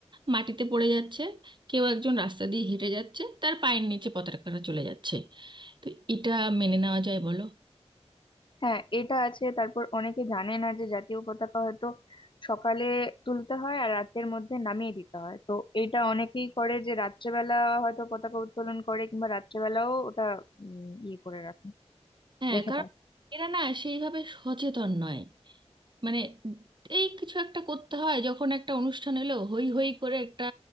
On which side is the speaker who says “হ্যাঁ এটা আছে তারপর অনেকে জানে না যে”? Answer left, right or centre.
Left